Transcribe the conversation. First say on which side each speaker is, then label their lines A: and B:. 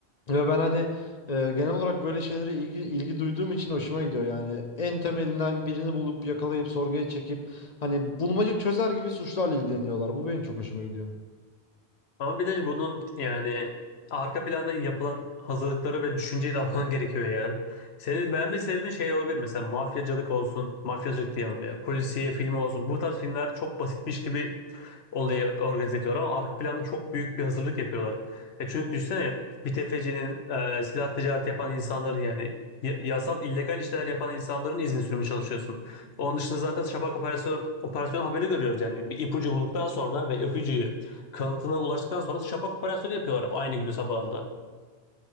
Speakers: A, on the left; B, on the left.
A: ve ben hani e, genel olarak böyle şeylere ilgi, ilgi duyduğum için hoşuma gidiyor yani. En temelinden birini bulup yakalayıp sorguya çekip hani bulmaca çözer gibi suçlarla ilgileniyorlar. Bu benim çok hoşuma gidiyor.
B: Ama bir de bunun yani arka planda yapılan hazırlıkları ve düşünceyi de alman <laughs> gerekiyor ya. Senin beğenme sebebin şey olabilir mesela mafyacılık olsun, mafyacılık diyemem ya, polisiye filmi olsun. Bu tarz filmler çok basitmiş gibi olayı organize ediyorlar ama arka planda çok büyük bir hazırlık yapıyorlar. E çünkü düşünsene bir tefecinin, e, silah ticareti yapan insanların yani y- yasal illegal işler yapan insanların izin sürmeye çalışıyorsun. Onun dışında zaten şafak operasyon, operasyon haberi görüyoruz yani bir ipucu bulduktan sonra ve ipucuyu kanıtına ulaştıktan sonra şapak operasyonu yapıyorlar aynı günün sabahında.